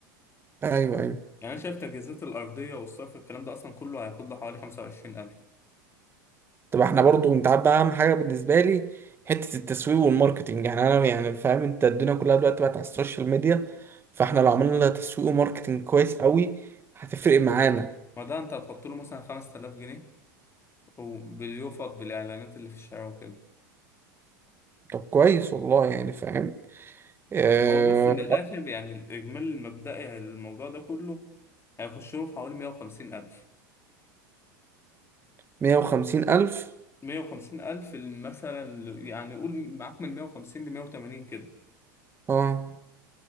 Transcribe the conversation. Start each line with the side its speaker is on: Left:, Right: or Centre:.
Right: ايوه ايوه
Left: يعني انا شايف تجهيزات الارضيه والصرف الكلام ده اصلا كله هياخد له حوالي 25000
Right: طب احنا برضو انت عارف بقى اهم حاجه بالنسبه لي حته التسويق والماركتنج يعني انا يعني فاهم انت الدنيا كلها دلوقتي بقت على السوشيال ميديا فاحنا لو عملنا تسويق وماركتنج كويس قوي هتفرق معانا
Left: ما ده انت هتحط له مثلا 5000 جنيه وبيفض بالاعلانات اللي في الشارع وكده
Right: طب كويس والله يعني فاهم آه
Left: هو بص من الاخر يعني الاجمالي المبدئي الموضوع ده كله هيخش له في حوالي 150000
Right: 150 ألف
Left: مية وخمسين ألف مثلا ل- يعني قول معاك من مية وخمسين لمية وتمانين كده
Right: اه